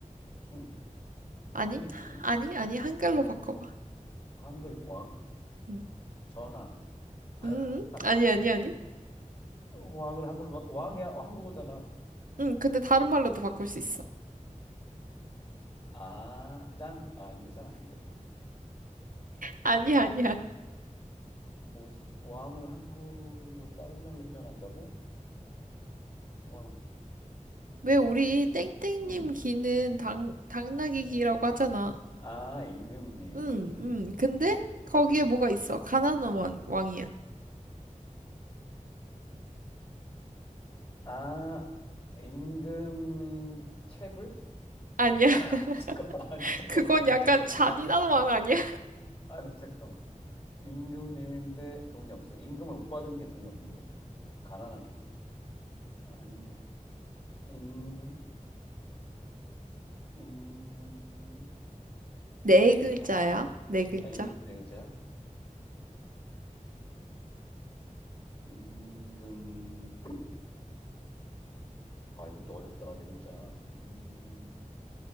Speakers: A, on the left; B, on the right.
A: 킹.
B: 아니?
A: 킹이지, 킹.
B: 아니? 아니? 한글로 바꿔봐.
A: 한글 왕.
B: 음,
A: 전하.
B: 음,
A: <laughs> 아, 잠깐만.
B: 아니, 아니, 아니.
A: 왕을 한글로, 바- 왕이야. 어, 한국어잖아.
B: 응, 근데 다른 말로도 바꿀 수 있어.
A: 아, 짱. 아, 아닌데, 짱 아닌데.
B: 아니, 아니야. 아니야.
A: 뭐지? 왕을 한글로 다른 말로 표현한다고? 왕.
B: 왜 우리
A: 킹.
B: 땡땡님
A: 음.
B: 귀는 당, 당나귀 귀라고 하잖아.
A: 아, 임금님.
B: 응, 응. 근데 거기에 뭐가 있어? 가난한 왕, 왕이야.
A: 아, 임금 체불?
B: 아니야.
A: <laughs> 잠깐만, 아니,
B: <laughs>
A: 잠깐만,
B: 그건
A: 임금
B: 약간
A: 체불.
B: 잔인한 왕 아니야?
A: 아니, 잠깐만. 임금님인데 돈이 없어. 임금을 못 받은 게 돈이 없는 거잖아. 가난한 거잖아. 아닌데. 임금? 임금님?
B: 네 글자야.
A: 아,
B: 네 글자.
A: 아, 임금, 네 글자야? 임금. 아, 이것도 어렵다. 네 글자. 임금.